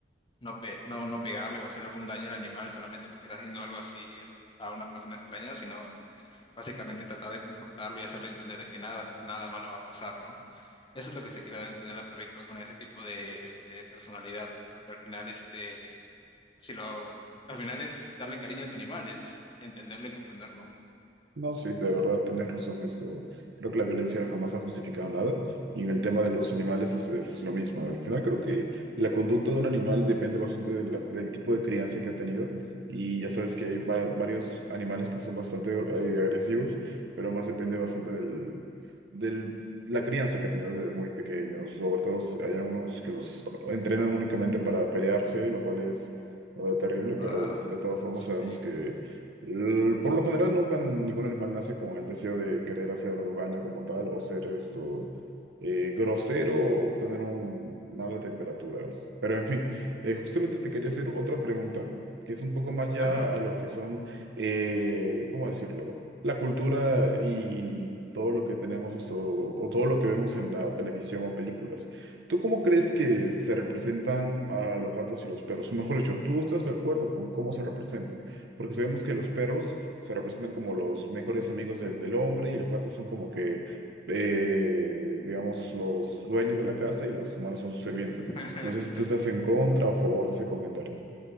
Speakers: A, on the left; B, on the right.
A: no, pe- no, no pegarle o hacer algún daño al animal solamente porque está haciendo algo así a una persona extraña, sino Básicamente tratar de confortarlo y hacerle entender de que nada, nada malo va a pasar, ¿no? Eso es lo que se quiere dar a entender al perrito con ese tipo de este, personalidad, porque al final, este, si lo, al final es darle cariño a tu animal, es entenderlo y comprenderlo.
B: No, sí, de verdad, tienes razón esto. Creo que la violencia jamás ha justificado nada. Y en el tema de los animales es lo mismo. Al final creo que la conducta de un animal depende bastante de la- del tipo de crianza que ha tenido. Y ya sabes que hay va- varios animales que son bastante eh, agresivos, pero más depende bastante del, del, la crianza que ha tenido desde muy pequeños. Sobre todo si hay algunos que los entrenan únicamente para pelearse, lo cual es eh, terrible,
A: Ah,
B: pero de todas formas
A: sí,
B: sabemos que L- Por lo general, nunca ningún animal nace con el deseo de querer hacer daño como tal o ser esto eh, grosero o tener un- una mala temperatura. Pero en fin, eh, justamente te quería hacer otra pregunta que es un poco más ya
A: claro.
B: a lo que son, eh, ¿cómo decirlo? La cultura y todo lo que tenemos esto o todo lo que vemos en la televisión o películas. ¿Tú cómo crees que se representan a los gatos y los perros? O mejor dicho, ¿tú estás de acuerdo con cómo se representan? porque sabemos que los perros se representan como los mejores amigos del, del hombre y los gatos son como que, eh, digamos, los dueños de la casa y los humanos son sus sirvientes.
A: <laughs>
B: No sé si tú estás en contra o a favor de ese comentario.